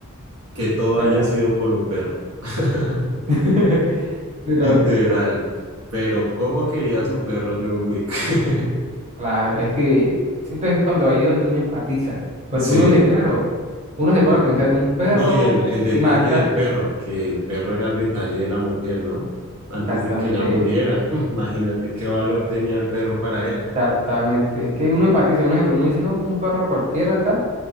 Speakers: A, on the right (about 80°); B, on the right (about 30°).
A: que todo
B: Cuenta.
A: haya sido por un perro. <laughs>
B: <laughs> Pero
A: Literal. Pero ¿cómo quería su perro John Wick? <laughs>
B: Claro, es que siento que es cuando ahí donde uno empatiza, porque
A: Sí.
B: uno dice, claro, uno se
A: No,
B: pone a pensar, un perro
A: No, y el, el detalle
B: y matar,
A: del perro, que el perro era el detalle de la mujer, ¿no? Antes
B: exactamente,
A: de que ella muriera. <laughs> Imagínate qué valor tenía el perro para él.
B: exactamente, es que uno empatiza, un ejemplo, uno dice, no, fue un perro cualquiera, tal,